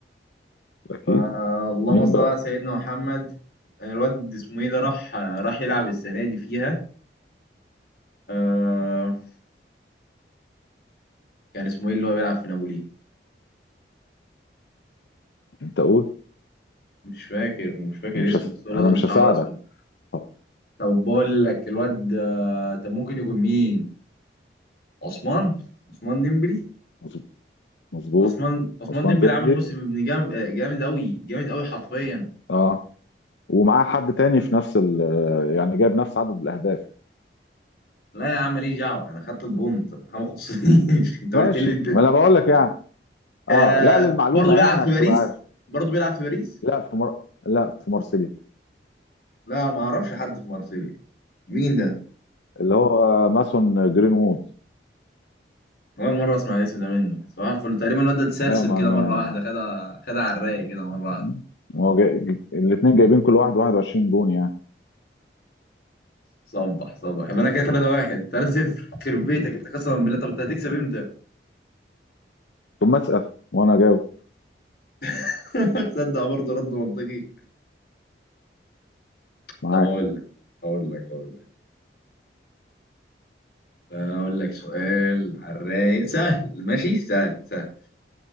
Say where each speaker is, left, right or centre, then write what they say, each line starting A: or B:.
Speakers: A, on the left (about 80°); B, on the left (about 55°).
A: اكيد
B: آه اللهم
A: مين
B: صل
A: بقى
B: على سيدنا محمد الواد اسمه ايه ده راح راح يلعب السنه دي فيها آه كان اسمه ايه اللي هو بيلعب في نابولي
A: انت قول
B: مش فاكر مش فاكر
A: انا مش
B: اسمه
A: هس...
B: بس هو الواد
A: انا
B: اللي
A: مش
B: شعره
A: هساعدك
B: اصفر
A: طب
B: طب بقول لك الواد ده ده ممكن يكون مين عثمان عثمان ديمبلي
A: مظ- مظبوط
B: عثمان عثمان
A: عثمان
B: ديمبلي
A: ديمبلي
B: عامل موسم ابن جامد جامد قوي جامد قوي حرفيا
A: اه ومعاه حد تاني في نفس ال يعني جايب نفس عدد الاهداف
B: لا يا عم ماليش دعوه انا خدت البونت انا ما خصنيش <laughs> انت
A: ماشي
B: قلت لي الدن.
A: ما انا بقول لك يعني اه
B: آه
A: لا للمعلومه
B: برضه بيلعب
A: يعني
B: في
A: عشان
B: باريس
A: تبقى عارف
B: برضه بيلعب في باريس
A: لا في مر... لا في مارسيليا
B: لا ما اعرفش حد في مارسيليا مين ده
A: اللي هو ماسون جرينوود
B: اول مره اسمع الاسم ده منه صباح الفل تقريبا الواد ده اتسرسب
A: لا ما
B: كده
A: ما
B: مره
A: انا
B: واحده خدها خدها على الرايق كده مره واحده
A: مم. هو جاي... الاثنين جايبين كل واحد 21 جون يعني
B: صبح صبح يبقى انا كده 3 1 3 0 يخرب بيتك انت قسما بالله طب انت هتكسب امتى؟
A: طب ما اسال وانا اجاوب
B: <laughs> تصدق برضه رد منطقي
A: معاك
B: طب اقول لك اقول لك اقول لك اقول لك سؤال على الرايق سهل ماشي سهل سهل